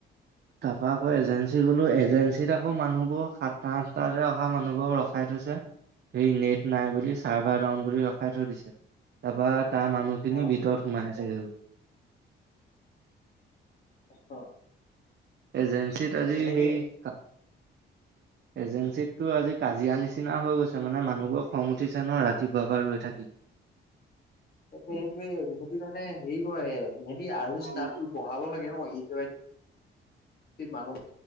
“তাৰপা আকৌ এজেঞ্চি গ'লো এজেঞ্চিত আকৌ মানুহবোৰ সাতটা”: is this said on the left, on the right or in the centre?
Right